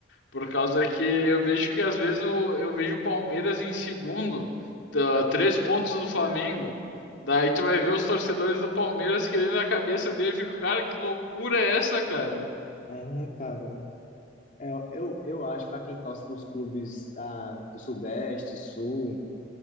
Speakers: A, on the left; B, on the left.
A: Por causa que eu vejo que às vezes o- eu vejo o Palmeiras em segundo, tá, três pontos do Flamengo. Daí tu vai ver os torcedores do Palmeiras querendo a cabeça dele, eu fico, cara, que loucura é essa, cara?
B: É, cara, é, eu, eu acho para quem torce para os clubes da, do Sudeste, Sul,